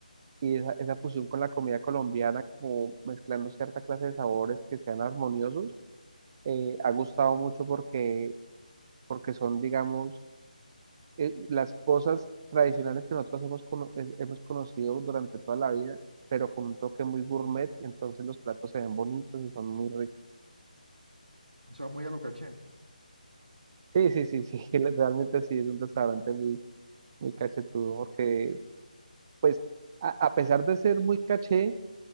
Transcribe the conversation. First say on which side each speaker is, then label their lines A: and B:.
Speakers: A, on the right (about 25°); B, on the right (about 85°).
A: y esa, esa fusión con la comida colombiana, como mezclando cierta clase de sabores que sean armoniosos, eh, ha gustado mucho porque, porque son, digamos, eh, las cosas tradicionales que nosotros hemos, cono- es- hemos conocido durante toda la vida, pero con un toque muy gourmet, entonces los platos se ven bonitos y son muy ricos.
B: sea, muy a lo caché.
A: Sí, sí, sí, sí, <laughs> le- realmente sí es un restaurante muy, muy cachetudo, porque pues a, a pesar de ser muy caché,